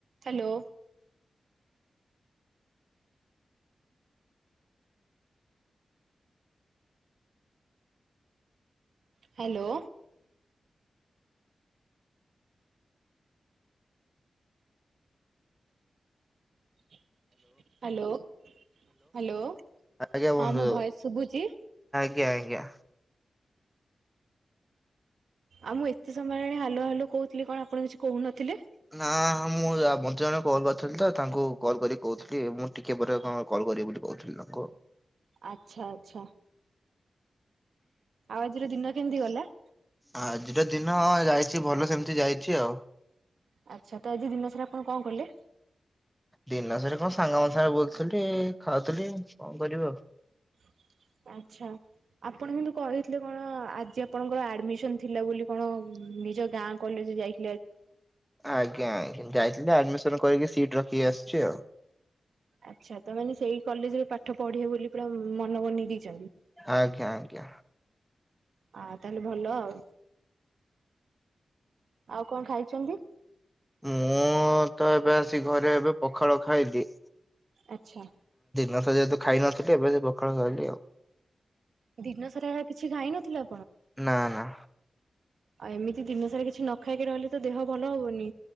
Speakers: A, on the right; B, in the centre.
A: Hello. Hello! Hello! Hello! ହଁ
B: ଆଜ୍ଞା ବନ୍ଧୁ
A: ମୋ ଭୟସ ଶୁଭୁଛି?
B: ଆଜ୍ଞା ଆଜ୍ଞା।
A: ଆଉ ମୁଁ ଏତେ ସମୟ ହେଲାଣି ହାଲୋ ହାଲୋ କହୁଥିଲି। କଣ ଆପଣ କିଛି କହୁନଥିଲେ?
B: ନା ମୁଁ ୟା ବଞ୍ଚିଆନା କୁ କଲ୍ କରିଥିଲି ତ। ତାଙ୍କୁ କଲ୍ କରିିକି କହୁଥିଲି, ମୁଁ ଟିକେ ପରେ କଲ୍ କରିବି ବୋଲି କହୁଥିଲି ତାଙ୍କୁ।
A: ଆଚ୍ଛା ଆଚ୍ଛା। ଆଉ ଆଜିର ଦିନ କେମିତି ଗଲା?
B: ଆଜିର ଦିନ ଯାଇଛି ଭଲ ସେମିତି ଯାଇଛି ଆଉ।
A: ଆଚ୍ଛା, ତ ଆଜି ଦିନ ଶାର ଆପଣ କଣ କଲେ?
B: ଦିନସାରା କଣ ସାଙ୍ଗ ମାନଙ୍କ ସାଙ୍ଗରେ ବୁଲୁଥିଲି, ଖାଉଥିଲି କଣ କରିବ ଆଉ?
A: <inaudible> ଆଚ୍ଛା, ଆପଣ କିନ୍ତୁ କହିଥିଲେ କଣ? ଆଜି ଆପଣଙ୍କର ଆଡମିସନ ଥିଲା ବୋଲି କଣ? ନିଜ ଗାଁ କଲେଜ ଯାଇ
B: ଆଜ୍ଞା, ଆ ଯାଇଥିଲି, ଆଡମିସନ୍ କରିକି ସିଟ ରଖିକି ଆସୁଛି ଆଉ।
A: ଆଚ୍ଛା, ତା ମାନେ ସେଇ କଲେଜରେ ପାଠ ପଢିବେ ବୋଲି ପୁରା ମନ ବନେଇ ଦେଇଚନ୍ତି।
B: ଆଜ୍ଞା ଆଜ୍ଞା।
A: ଆ ତାହେଲେ ଭଲ ଆଉ। ଆଉ କଣ ଖାଇଛନ୍ତି?
B: ମୁଁ ତ ଏବେ ଆସି ଘରେ ଏବେ ପଖାଳ ଖାଇଲି।
A: ଆଚ୍ଛା।
B: ମାସ ଯେହେତୁ ଖାଇ ନଥିଲି, ଏବେ ସେ ପଖାଳ ଖାଇଲି ଆଉ।
A: ଦିନ ସାରା କିଛି ଖାଇ ନଥିଲ?
B: ନା, ନା।
A: ଆଉ ଏମିତି ଦିନ ସାରା କିଛି ନ ଖାଇକି ରହିଲେ, ତ ଦେହ ଭଲ ହବନି।